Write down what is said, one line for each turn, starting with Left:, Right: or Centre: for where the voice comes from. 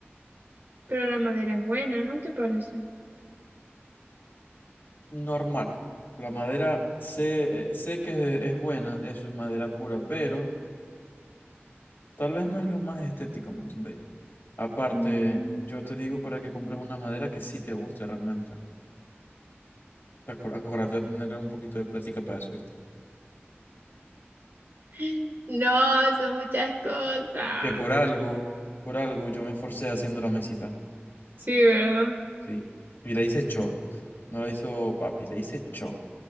Right: Pero la madera es buena, ¿no te parece?
Left: normal. La madera sé, eh, sé que es, es buena, eso es madera pura, pero tal vez no es lo más estético, ¿me entendéis? Aparte,
Right: Mm.
Left: yo
Right: <gasps>
Left: te digo para que compres una madera que sí te guste realmente. Te acor- Acuérdate de tener un poquito de plática para eso, ¿viste?
Right: <laughs> No, son muchas cosas.
Left: Que por algo, por algo yo me esforcé haciendo la mesita,
Right: Sí, ¿verdad?
Left: ¿sí? Y le hice cho, no la hizo papi, le hice cho,